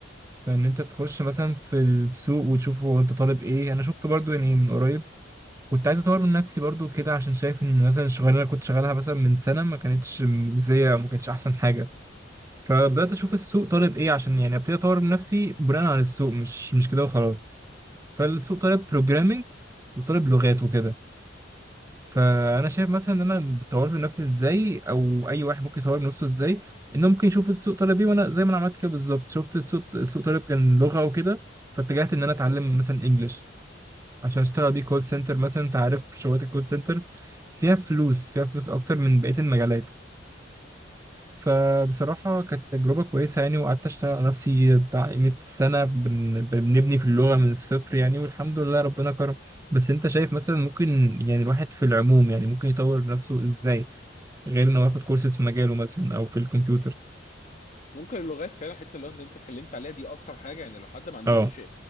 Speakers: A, on the right; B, on the left.
A: فان انت تخش مثلا في السوق وتشوف هو انت طالب ايه انا شفت برضو يعني من قريب كنت عايز اطور من نفسي برضو كده عشان شايف ان مثلا الشغلانه اللي كنت شغالها مثلا من سنه ما كانتش مجزيه ما كانتش احسن حاجه فبدات اشوف السوق طالب ايه عشان يعني ابتدي اطور من نفسي بناء على السوق مش مش كده وخلاص فالسوق طالب بروجرامنج وطالب لغات وكده فانا شايف مثلا ان انا طورت من نفسي ازاي او اي واحد ممكن يطور من نفسه ازاي انه ممكن يشوف السوق طلب ايه وانا زي ما انا عملت كده بالظبط شفت السوق السوق طلب كان لغه وكده فاتجهت ان انا اتعلم مثلا انجلش عشان اشتغل بيه كول سنتر مثلا انت عارف شغلات الكول سنتر فيها فلوس فيها فلوس اكتر من بقيه المجالات فبصراحة كانت تجربة كويسة يعني وقعدت أشتغل على نفسي بتاع قيمة سنة بن- بنبني في اللغة من الصفر يعني والحمد لله ربنا كرم بس أنت شايف مثلا ممكن يعني الواحد في العموم يعني ممكن يطور نفسه إزاي غير إنه ياخد كورسات في مجاله مثلا أو في الكمبيوتر
B: ممكن اللغات فعلا حته اللغات اللي انت اتكلمت عليها دي اكتر حاجه يعني لو حد ما عندوش
A: أه